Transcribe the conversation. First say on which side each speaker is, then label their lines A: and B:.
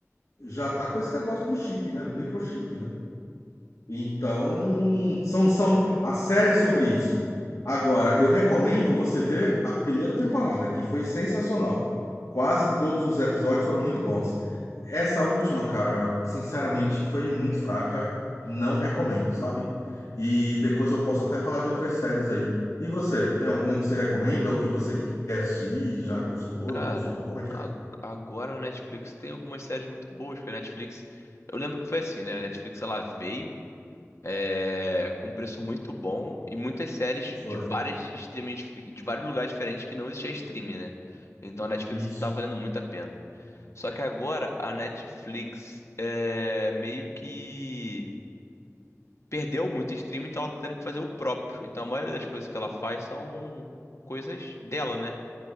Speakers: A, on the left; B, on the left.
A: já tá com esse negócio do chip, né? Do microchip, né? Então, são, são, a série é sobre isso. Agora, eu recomendo você ver a primeira temporada, que foi sensacional. Quase todos os episódios foram muito bons. Essa última, cara, sinceramente, foi muito fraca. Não recomendo, sabe? E depois eu posso até falar de outras séries aí. E você, tem alguma que você recomenda ou que você quer assistir? Já gostou,
B: Cara,
A: não gostou? Como é que
B: a-
A: é?
B: agora a Netflix tem algumas séries muito boas, porque a Netflix. Eu lembro que foi assim, né? A Netflix ela veio. é, com um preço muito bom e muitas séries de
A: Foi.
B: várias streaming, de vários lugares diferentes que não existia streaming, né? Então a Netflix
A: Isso.
B: tá valendo muito a pena. Só que agora a Netflix é, meio que perdeu muito streaming, então ela tá tendo que fazer o próprio. Então a maioria das coisas que ela faz são coisas dela, né?